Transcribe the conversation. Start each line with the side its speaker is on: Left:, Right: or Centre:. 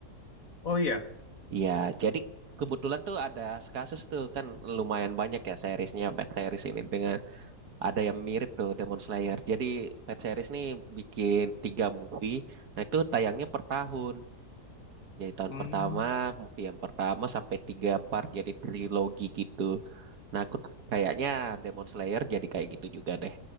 Left: Oh iya,
Right: Iya, jadi kebetulan tuh ada kasus tuh kan lumayan banyak ya seriesnya Pet Series ini dengan ada yang mirip tuh Demon Slayer. Jadi Pet Series nih bikin tiga movie, nah itu tayangnya per tahun. Jadi tahun
Left: Hmm.
Right: pertama, movie yang pertama sampai tiga part jadi trilogi gitu. Nah aku t- kayaknya Demon Slayer jadi kayak gitu juga deh.